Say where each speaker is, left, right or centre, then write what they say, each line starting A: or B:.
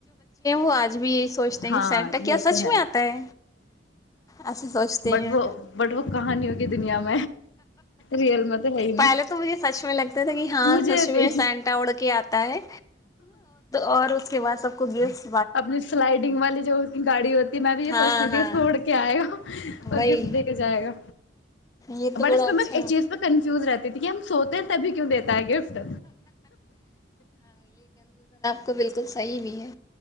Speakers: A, on the left (about 20°); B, on the left (about 80°).
A: پ <unintelligible> آج بھی یہی سوچتے ہیں
B: ہاں
A: کہ سٹ کیا
B: یہ
A: سچ
B: تو
A: میں آتا ہے ایسا سوچتے
B: بٹ
A: ہیں
B: وہ بٹ وہ کہانیوں دنیا میں ریئل میں تو ہے ہی نہیں
A: پہلے تو مجھے سچ میں لگتا تھا کہ ہاں
B: مجھے
A: سچ
B: بھی
A: میں سینٹا اڑ کے آتا ہے اور اس کے بعد سب کو گے <unintelligible>
B: اپنی سلائڈنگ والی جو کی گاڑی ہوتی ہے میں بھی یہ
A: ہاں
B: سوچتی
A: ہاں
B: تھی سوڑ کے آئے گا اور
A: وہی
B: گفٹ دے کے جائے گا
A: یہ تو
B: بٹ
A: بڑا
B: اس پ
A: اچھا
B: اس چیز پہ کنفیوز رہتا ج کہ ہم سوتے ہیں تبھی کیوں دی گفٹ
A: کو بالکل صحیح بھی ہے